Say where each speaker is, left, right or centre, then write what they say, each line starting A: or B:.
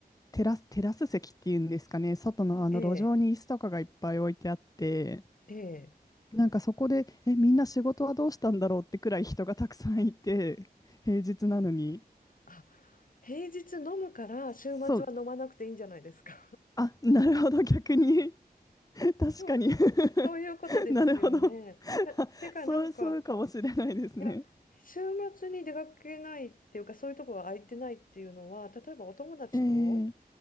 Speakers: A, on the left; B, on the left.
A: テラス、テラス席っていうんですかね、外のあの路上に椅子とかがいっぱい置いてあって、
B: ええ、ええ。
A: なんかそこで、え、みんな仕事はどうしたんだろうってくらい人がたくさんいて、平日なのに。
B: あ、平日飲むから週末は飲まなくていいんじゃないですか。
A: そう、あ、なるほど、逆に。<laughs>
B: <laughs>
A: 確かに
B: でも、そういうことですよね。
A: <laughs> なるほど。
B: いや、てかなんか、
A: そう、そうかもしれないですね。
B: いや、週末に出かけないっていうか、そういうとこが空いてないっていうのは、例えばお友達と
A: えー、